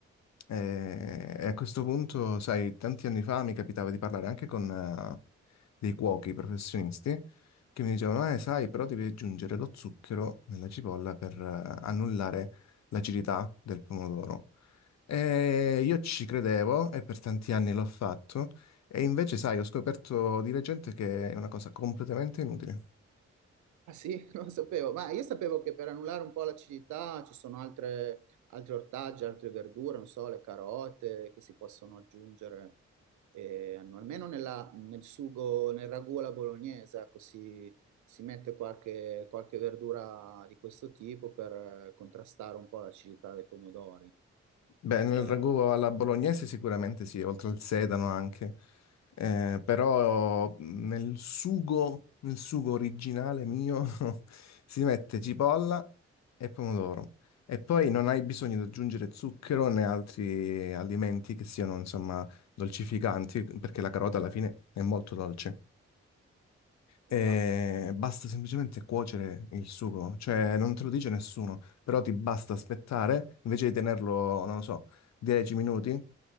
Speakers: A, on the left (about 65°); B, on the right (about 75°).
A: e, e a questo punto, sai, tanti anni fa mi capitava di parlare anche con eh, dei cuochi professionisti che mi dicevano, eh, sai, però devi aggiungere lo zucchero nella cipolla per eh, annullare l'acidità del pomodoro. E io ci credevo e per tanti anni l'ho fatto, e invece, sai, ho scoperto di recente che è una cosa completamente inutile.
B: Ah sì, <laughs> non lo sapevo, ma io sapevo che per annullare un po' l'acidità ci sono altre, altri ortaggi, altre verdure, non so, le carote che si possono aggiungere, eh, almeno nella- nel sugo, nel ragù alla bolognese, ecco, si, si mette qualche, qualche verdura di questo tipo per eh, contrastare un po' l'acidità dei pomodori,
A: Beh,
B: vero?
A: nel ragù alla bolognese sicuramente sì, oltre al sedano anche, Eh, però nel sugo, nel sugo originale mio <laughs> si mette cipolla e pomodoro e poi non hai bisogno di aggiungere zucchero né altri alimenti che siano insomma dolcificanti perché la carota alla fine è molto dolce e
B: Esatto.
A: basta semplicemente cuocere il sugo, cioè non te lo dice nessuno, però ti basta aspettare, invece di tenerlo, non lo so, 10 minuti